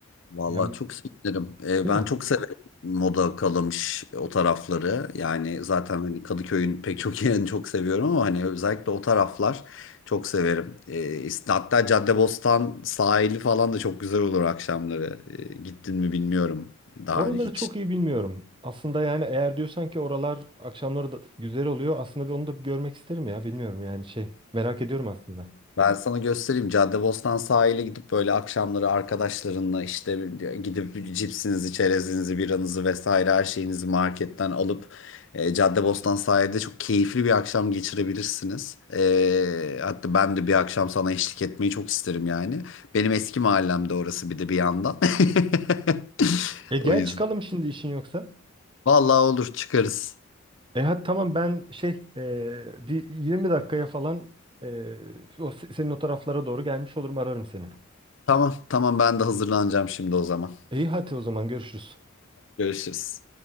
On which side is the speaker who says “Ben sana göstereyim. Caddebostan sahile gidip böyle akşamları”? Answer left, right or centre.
Left